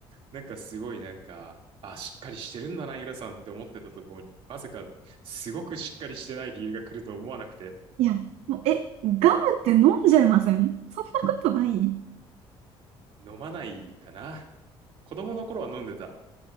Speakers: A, on the right; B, on the right.
A: なんかすごい、なんか、あ、しっかりしてるんだな、ゆらさんって思ってたところに、まさか、すごくしっかりしてない理由が来ると思わなくて、
B: いや、もう、え、ガムって飲んじゃいませんそんなことないい
A: 飲まないかな。子供の頃は飲んでた。